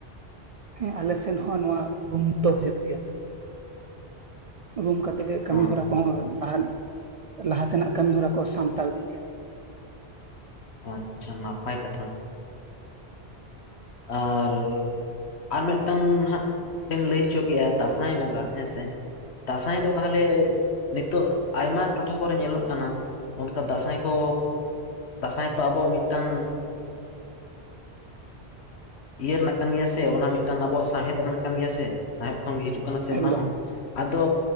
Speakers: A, on the right; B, on the left.
A: ᱦᱮᱸ ᱟᱞᱮ ᱥᱮᱱ ᱦᱚᱸ ᱱᱚᱣᱟ ᱨᱩᱢ ᱫᱚ ᱦᱳᱭ ᱜᱮᱭᱟ᱾ ᱨᱩᱢ ᱠᱟᱛᱮ ᱜᱮ ᱠᱟᱹᱢᱤ
B: ᱚ
A: ᱦᱚᱨᱟ ᱠᱚᱦᱚᱸ ᱞᱟᱦᱟ ᱞᱟᱦᱟ ᱛᱮᱱᱟᱜ ᱠᱟᱹᱢᱤ ᱦᱚᱨᱟ ᱠᱚ ᱥᱟᱢᱴᱟᱣ ᱤᱫᱤ ᱜᱮᱭᱟ᱾
B: ᱟᱪᱪᱷᱟ ᱱᱟᱯᱟᱭ ᱠᱟᱛᱷᱟ᱾ ᱟᱨᱼᱼ ᱟᱨ ᱢᱤᱫ ᱴᱟᱝ ᱱᱦᱟᱸᱜ ᱵᱤᱱ ᱞᱟᱹᱭ ᱦᱚᱪᱚ ᱠᱮᱜᱼᱟ ᱫᱟᱸᱥᱟᱭ ᱵᱚᱸᱜᱟ ᱦᱮᱸ ᱥᱮ? ᱫᱟᱸᱥᱟᱭ ᱫᱚ ᱛᱟᱦᱞᱮ ᱱᱤᱛᱚᱜ ᱟᱭᱢᱟ ᱴᱚᱴᱷᱟ ᱠᱚᱨᱮ ᱧᱮᱞᱚᱜ ᱠᱟᱱᱟ, ᱚᱱᱠᱟ ᱫᱟᱸᱥᱟᱭ ᱠᱚ ᱫᱟᱸᱥᱟᱭ ᱛᱚ ᱟᱵᱚᱣᱟᱜ ᱢᱤᱫ, ᱴᱟᱝᱼᱼ ᱤᱭᱟᱹ ᱨᱮᱱᱟᱜ ᱠᱟᱱ ᱜᱮᱭᱟ ᱥᱮ ᱚᱱᱟ ᱢᱤᱫ ᱴᱟᱝ ᱟᱵᱚᱣᱟᱜ ᱥᱟᱶᱦᱮᱫ ᱨᱮᱱᱟᱜ ᱠᱟᱱ ᱜᱮᱭᱟ ᱥᱮ ᱥᱟᱶᱦᱮᱫ ᱠᱷᱚᱱ ᱜᱮ ᱦᱤᱡᱩᱜ ᱠᱟᱱᱟ ᱥᱮ
A: ᱮᱠᱫᱚᱢ
B: ᱚᱱᱟ ᱦᱚᱸ᱾ ᱟᱫᱚ